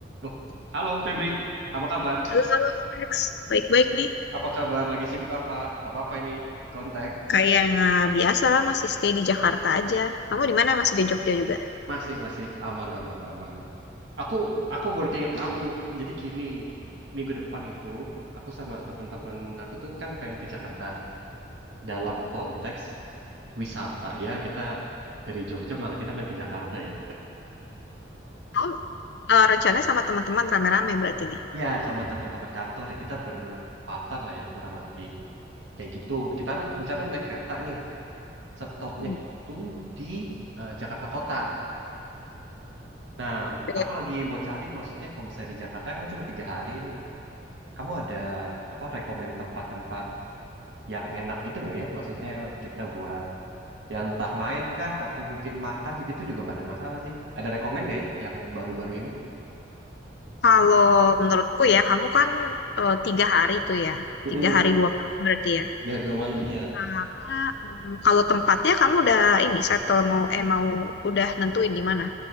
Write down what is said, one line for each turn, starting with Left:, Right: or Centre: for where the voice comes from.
Right: Oh, halo Febri, apa kabar?
Left: Halo, halo Max. Baik-baik nih.
Right: Apa kabar? Lagi sibuk apa? Gak apa-apa ini di kontak.
Left: Kayak eh, biasa lah masih stay di Jakarta aja. Kamu di mana? Masih di Jogja juga?
Right: Masih, masih. Aman, aman, aman. Aku, aku working at kamu. Jadi gini, minggu depan itu, aku sama teman-teman aku tuh kan pengen ke Jakarta. Dalam konteks wisata ya, kita dari Jogja malah kita main ke Jakarta ya.
Left: Oh, eh, rencananya sama teman-teman rame-rame berarti nih.
Right: Ya, sama teman-teman kantor ya, kita berempatan lah ya kurang lebih. Kayak gitu. Kita rencana naik kereta nih. Stopnya
Left: Hmm.
Right: itu di eh, Jakarta Kota. Nah,
Left: Oke.
Right: aku lagi mau cari, maksudnya kalau misalnya di Jakarta, kan aku cuma tiga hari nih. Kamu ada apa rekomend tempat-tempat yang enak gitu nggak ya? Maksudnya kita buat yang entah main kah atau mungkin makan gitu juga nggak ada masalah sih. Ada rekomend nggak ya yang baru-baru ini?
Left: Kalau menurutku ya, kamu kan eh, tiga hari tuh ya.
Right: Mm-mm,
Left: Tiga hari dua malam berarti ya.
Right: Di hari dua malam iya.
Left: Sama, mm, kalau tempatnya kamu udah ini, settle mau, eh mau udah nentuin di mana?